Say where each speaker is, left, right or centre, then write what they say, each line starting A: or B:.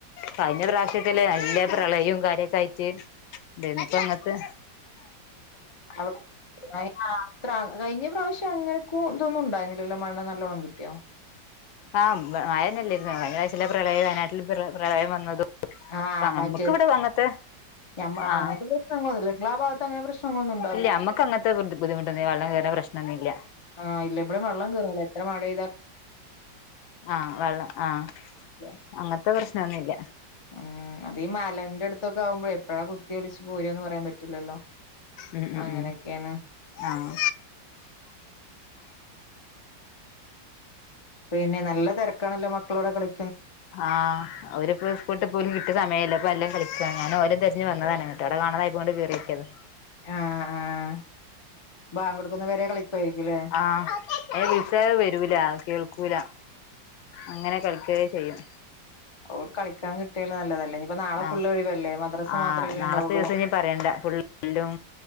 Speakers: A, on the left; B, on the left.
A: കഴിഞ്ഞ പ്രാവിശ്യത്തിലെ നല്ല പ്രളയും കാര്യൊക്കായിട്ട് നിപ്പൊ അങ്ങൻത്തെ
B: അവ്ടെ ആഹ് അത്ര കഴിഞ്ഞ പ്രാവശ്യം അങ്ങനെ ഇതൊന്നും ഇണ്ടായ്ന്നിലലൊ മഴ നല്ലോണം കിട്ടിയൊ
A: ആഹ് ഇബ മഴന്നെല്ലാര്ന്നൊ ഭയങ്കരാഴ്റ്റ്ള്ള പ്രളയം വയനാട്ടില് പ്രളയം വന്നതും
B: ആഹ്
A: ഞമ്മക്കിവ്ടെ
B: മറ്റേ
A: വങ്ങത്തെ
B: ഞമ്മ ആ
A: ആഹ്
B: അങ്ങനത്തെ പ്രശ്നങ്ങളൊന്നുമില്ല നിങ്ങളാ ഭാഗത്ത് അങ്ങനെ പ്രശ്നങ്ങളൊന്നും ഉണ്ടാവില്ലല്ലോ
A: ഇല്ല അമ്മക്ക് അങ്ങൻത്തെ ബുദ്ധിമുട്ടൊന്നില്ല വള്ളം കേ പ്രശ്നൊന്നില്ല
B: ആഹ് ഇല്ല ഇവ്ടെ വള്ളം കേറുല്ല എത്ര മഴെ
A: ആഹ് വെള്ളം ആഹ്
B: കേറൂല.
A: അങ്ങൻത്തെ പ്രശ്നൊന്നില്ല
B: ഉം അത് ഈ മലന്റടുത്തൊക്കാവുമ്പഴെ എപ്പഴാ കുത്തിയൊലിച്ച് പോരാന്ന് പറയാൻ പറ്റു ഇല്ലല്ലൊ
A: ഉം ഉം
B: അങ്ങനൊക്കാണ്
A: ഉം ആഹ്
B: പിന്നെ നല്ല തിരക്കാണല്ലൊ മക്കളവ്ടെ കളി
A: ആഹ് അവര്പ്പൊ സ്കൂൾട്ട് പോലും കിട്ടിയ സമയല്ലെപ്പ നല്ലം കളി ഞാന് ഓലെ തിരഞ് വന്നതാണ്ങ്ങ്ട്ട് അവ്ടെ കാണതായപ്പൊ ഇങ്ട്ട് കേറിയോക്ക്യതാ
B: ആഹ് ആഹ് ബാങ്കൊടുക്കുന്നവരെ കളിക്കുവായിരിക്കുംല്ലേ
A: ആഹ് വിളിച്ച വരൂല കേൾ ക്കൂല അങ്ങനെ കളിക്കേ ചെയ്യും
B: ഓൾ കളിക്കാൻ കിട്ടിയാലും നല്ലതല്ലെ ഇപ്പൊ നാളെ
A: ആഹ്
B: ഫുള്ള് ഒഴിവല്ലെ മദ്രസ
A: ആഹ്
B: മാത്രല്ലെ
A: നാളത്തെ
B: ഇണ്ടാവൊള്ളു
A: ദിവസം ഇനി പറയണ്ട ഫുൾ എല്ലും